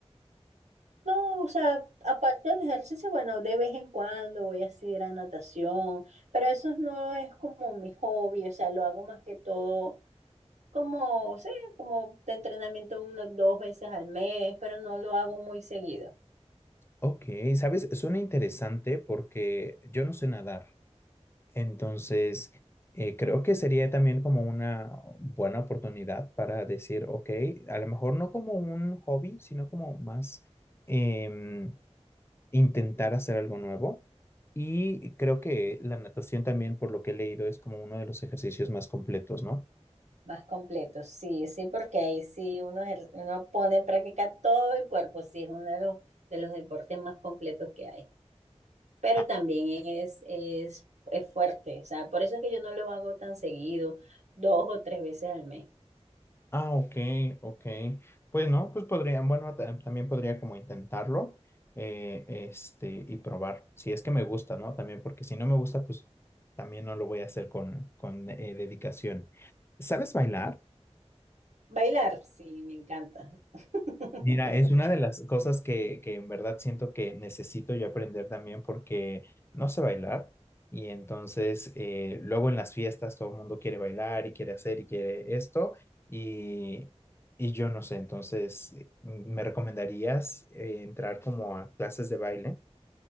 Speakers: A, on the right; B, on the left.
A: No, o sea, aparte del ejercicio, bueno, de vez en cuando voy a ir a natación, pero eso no es como mi hobby, o sea, lo hago más que todo como, sí, como de entrenamiento unas dos veces al mes, pero no lo hago muy seguido,
B: Ok, sabes, suena interesante porque yo no sé nadar, entonces eh, creo que sería también como una buena oportunidad para decir, ok, a lo mejor no como un hobby, sino como más... em, intentar hacer algo nuevo. Y creo que la natación también, por lo que he leído, es como uno de los ejercicios más completos, ¿no?
A: más completo, sí, sí, porque ahí sí uno, ejer- uno pone en práctica todo el cuerpo, sí, es uno de los, de los deportes más completos que hay. pero
B: Ah,
A: también es, es, es fuerte, o sea, por eso es que yo no lo hago tan seguido, dos o tres veces al mes.
B: ah, ok, ok. Pues no, pues podrían, bueno, ta- también podría como intentarlo, eh, este, y probar, si es que me gusta, ¿no? También, porque si no me gusta, pues también no lo voy a hacer con, con eh, dedicación. ¿Sabes bailar?
A: Bailar, sí, me encanta. <laughs>
B: Mira, es una de las cosas que, que en verdad siento que necesito yo aprender también porque no sé bailar y entonces eh, luego en las fiestas todo el mundo quiere bailar y quiere hacer y quiere esto y, y yo no sé, entonces eh, ¿me recomendarías eh, entrar como a clases de baile?